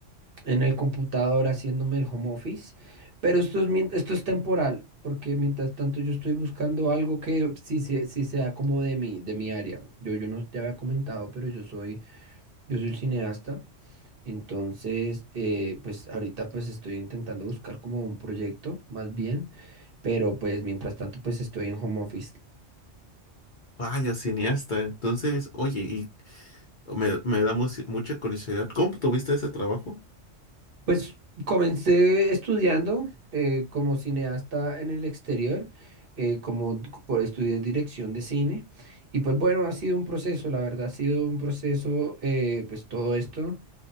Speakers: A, on the right; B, on the left.
A: en el computador haciéndome el home office, pero esto es, mien- esto es temporal, porque mientras tanto yo estoy buscando algo que sí, se- sí sea como de mi, de mi área. Yo, yo no te había comentado, pero yo soy, yo soy cineasta, entonces eh, pues ahorita pues estoy intentando buscar como un proyecto más bien, pero pues mientras tanto pues estoy en home office.
B: Vaya, cineasta. Entonces, oye, y me, me da mu- mucha curiosidad, ¿cómo tuviste ese trabajo?
A: Pues comencé estudiando eh, como cineasta en el exterior, eh, como d- por- estudié dirección de cine y pues bueno, ha sido un proceso, la verdad ha sido un proceso, eh, pues todo esto,